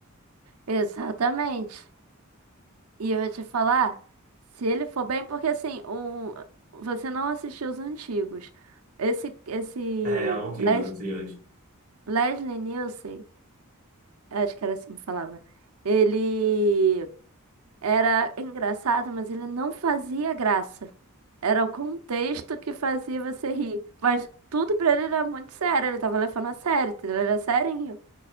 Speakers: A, on the right; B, on the right.
A: exatamente. E eu vou te falar, se ele for bem, porque assim, o, você não assistiu os antigos. Esse, esse
B: É, eu não vi
A: Les-
B: os anteriores.
A: Leslie Nielsen, acho que era assim que falava. Ele Era engraçado, mas ele não fazia graça. Era o contexto que fazia você rir. Mas tudo pra ele era muito sério. Ele tava levando a sério, entendeu? Ele era serinho.